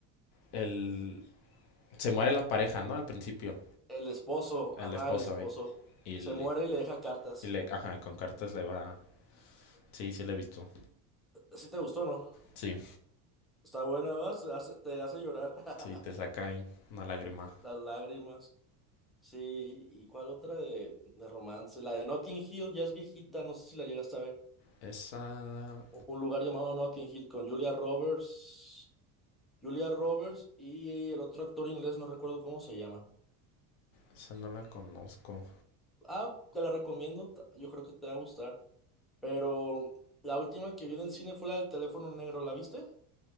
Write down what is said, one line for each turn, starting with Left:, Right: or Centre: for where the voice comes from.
Left: el, se muere la pareja, ¿no? Al principio,
Centre: El esposo,
Left: el
Centre: ajá,
Left: esposo
Centre: el esposo.
Left: ahí. Y, l-
Centre: Se muere y le deja cartas.
Left: y le, ajá, y con cartas le va. Sí, sí, le he visto.
Centre: ¿Sí te gustó, no?
Left: Sí,
Centre: Está buena, ¿verdad? Se hace- te hace llorar. <laughs>
Left: sí, te saca ahí una lágrima.
Centre: Las lágrimas. Sí, ¿y cuál otra de, de romance? La de Notting Hill ya es viejita, no sé si la llegaste a ver.
Left: Esa,
Centre: Un lugar llamado Notting Hill con Julia Roberts. Julia Roberts y el otro actor inglés, no recuerdo cómo se llama.
Left: esa no la conozco.
Centre: Ah, te la recomiendo, ta- yo creo que te va a gustar. Pero la última que vi en el cine fue la del teléfono negro, ¿la viste?